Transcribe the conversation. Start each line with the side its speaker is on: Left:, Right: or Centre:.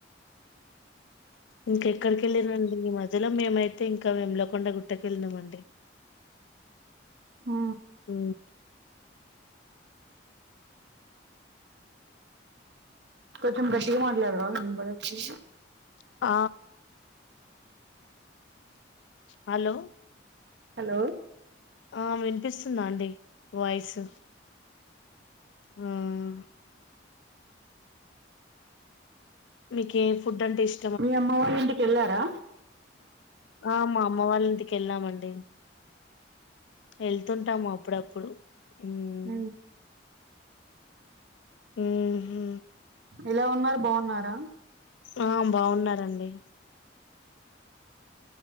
Left: ఇంక ఎక్కడికెళ్ళినం <inaudible> ఈ మధ్యలో మేమైతే ఇంకా వేములకొండ గుట్టకెళ్ళినం అండి
Right: ఆ
Left: ఊ
Right: కొంచెం గట్టిగా మాట్లాడవా వినపడట్లేదు
Left: ఆ హలో
Right: హలో
Left: ఆ విన్పిస్తుందా ఆండి వాయిస్ ఉమ్ మీకు ఏ ఫుడ్ అంటే ఇష్
Right: మీ అమ్మ వాళ్ళ ఇంటికి ఎళ్ళారా
Left: ఆ మా అమ్మ వాళ్ళ ఇంటికి ఎళ్ళామండి ఎళ్తుంటాం అప్పుడప్పుడు హ్మ్
Right: ఊ
Left: ఊహూ
Right: ఎలా ఉన్నారు బావున్నారా
Left: ఆ బావున్నారండి